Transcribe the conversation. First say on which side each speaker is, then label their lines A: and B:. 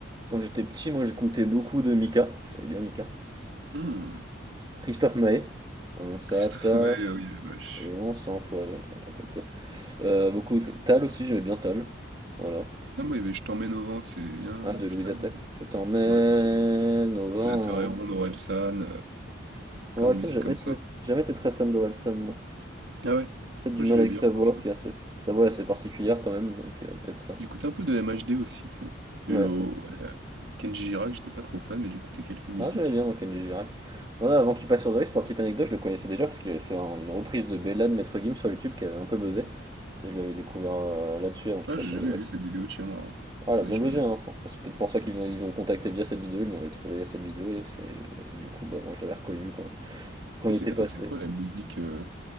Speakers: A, on the right; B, on the right.
A: Quand j'étais petit, moi, j'écoutais beaucoup de Mika. J'aimais bien Mika.
B: Hmm.
A: Christophe Maé. On s'attache
B: Christophe Maé, ah oui, la vache.
A: et on s'empoisonne. Enfin, t'as capté. Euh, beaucoup. Tal aussi, j'aimais bien Tal. Voilà.
B: Ah, moi, il y avait Je t'emmène au vent, c'est bien,
A: Ah, de Louise
B: je t'emmène.
A: Attaque.
B: au
A: Je t'emmène
B: vent. Ouais, c'est
A: au vent.
B: La Terre est ronde, Orelsan, euh,
A: Orelsan,
B: plein de musique
A: jamais
B: comme
A: été,
B: ça.
A: jamais été très fan d'Orelsan, moi.
B: Ah ouais?
A: Peut-être du
B: Moi
A: mal
B: j'aimais
A: avec
B: bien
A: sa
B: franchement.
A: voix, qui est assez, sa voix est assez particulière quand même, donc euh, peut-être ça.
B: J'écoutais un peu de MHD aussi, tu sais.
A: Ouais.
B: Et oh, ouais, euh, Kenji Girac, j'étais pas trop fan, mais j'écoutais quelques musiques.
A: Ah, j'aimais bien, moi, Kenji Girac. Voilà, avant qu'il passe sur The Voice, pour petite anecdote, je le connaissais déjà parce qu'il avait fait un- une reprise de Bella de Maître Gims sur YouTube qui avait un peu buzzé. Et je l'avais découvert euh, là-dessus avant qu'il
B: Ah,
A: passe
B: j'ai
A: sur
B: jamais
A: The Voice.
B: vu cette vidéo, tiens, marrant.
A: Ah,
B: Faudrait
A: elle a bien
B: que je
A: buzzé,
B: regarde.
A: hein. Enfin, c'est peut-être pour ça qu'ils l'ont- ils l'ont contacté via cette vidéo, ils l'ont trouvé cette vidéo, et, c'est- et du coup, bah, moi je l'avais reconnu quand il, quand
B: Tu
A: il
B: sais,
A: était
B: c'est- attends,
A: passé.
B: c'est quoi la musique? euh,